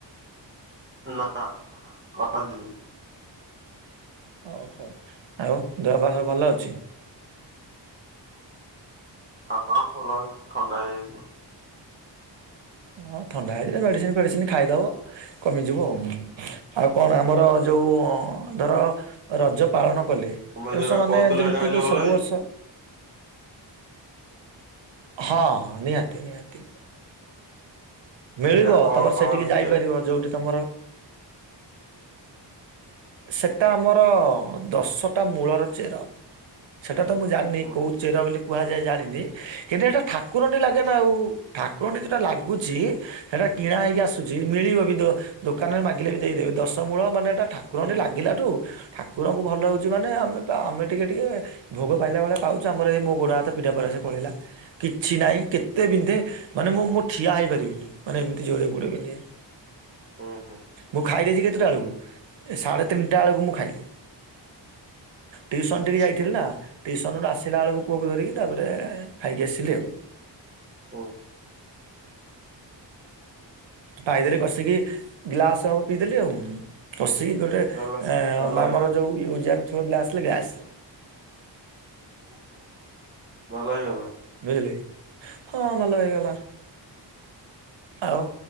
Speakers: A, on the right; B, on the right.
A: ନା <unintelligible> ଯିବି।
B: ହଉ ହଉ ଆଉ ଦେହ ପା ସ ଭଲ ଅଛି?
A: ହଁ ଭଲ ଅଛି ଥଣ୍ଡା ହେଇଯାଇଚି ଆଉ।
B: ଓଁ ଥଣ୍ଡା ହେଇ ମେଡିସିନ ଫେଡିସିନ ଖାଇଦବ। କମିଯିବ ଆଉ। କଣ ଆମର ଯୋଉ ଧର ରଜ ପାଳନ କଲେ
A: ତମେ ଯୋଉଟା
B: ରଷ ମମାନେେ
A: କହୁଥିଲ
B: ଯେମିତି
A: ସେଇଟା ଖାଇଲେ
B: କି
A: ଭଲ
B: ସବୁ
A: ହେଇଯିବ
B: ବର୍ଷ ହଁ ହଁ ନିହାତି ନିହାତି। ମିଳିବ
A: ଏଇଟା କଣ
B: ତମର
A: କଣ
B: ସେଠିକି
A: ମିଶେ?
B: ଯାଇପାରିବ ଯୋଉଠି ତମର ସେଟା ଆମର ଦଶଟା ମୂଳର ଚେର। ସେଇଟା ତ ମୁଁ ଜାଣିନି
A: ହୁଁ
B: କୋଉ ଚେର ବୋଲି କୁହାଯାଏ ଜାଣିନି। କିନ୍ତୁ ଏଇଟା ଠାକୁରଠି ଲାଗେ
A: ହୁଁ
B: ନା ଆଉ ଠାକୁରଠି ଯେଉଟା ଲାଗୁଚି ସେଟା କିଣା ହେଇକି ଆସୁଛି ମିଳିବ ବି ଦୋକାନରେ ମାଗିଲେ ବି ଦେଇଦେବବେ ଦଶମୂଳ ମାନେଟା ଠା ଠାକୁର
A: ହୁଁ
B: ଟିକେ ଲାଗିଲାଠୁ ଠାକୁରଙ୍କୁ ଭଲ ହେଉଚି ମାନେ ଆମେ ଆମେ ଟିକେ ଟିକେ ଭୋଗ ପାଇଲା ଭଳିଆ ପାଉଚୁ ଆମର ଏଇ ମୋ ଗୋଡ ହାତ ପିଠା ପରେ ସେ ପଳେଇଲା। କିଛି ନାହିଁ କେତେ ବିନ୍ଧେ ମାନେ ମୁଁ ମୋ ଠିଆ ହୋଇପାରିବିନି। ମାନେ ଏମତି ଜୋରେ ଗୋଡ଼ ବିନ୍ଧେ।
A: ହୁଁ ହୁଁ
B: ମୁଁ ଖାଇଦେଇଚି କେତେଟା ବେଳକୁ ସାଢେ ତିନିଟା ବେଳକୁ ମୁଁ ଖାଇଲି।
A: <unintelligible>
B: ଟିଉସନ
A: ହୁଁ
B: ଟିକେ ଯାଇଥିଲ ନା ଟିଉସନ ରୁ ଆସିଲା ବେଳକୁ ପୁଅକୁ ଧରିକି ତାପରେ ଖାଇକି ଆସିଲି ଆଉ।
A: ହଁ ହ।
B: ପାଇଦେଲି କଷିକି ଗ୍ଲାସ ପିଇଦେଲି ଆଉ କଷିକି।
A: ଗଲା ଭଲ
B: ମାମର
A: ହେଇଗଲା
B: ଯୋଉ ଏଯୁଆନ ଥୋର ଗ୍ଳାସ ଆସ।
A: ହର। ଭଲ ହେଇଗଲା।
B: ବୁଝିଲି ହଁ ଭଲ ହେଇଗଲା। ଆଉ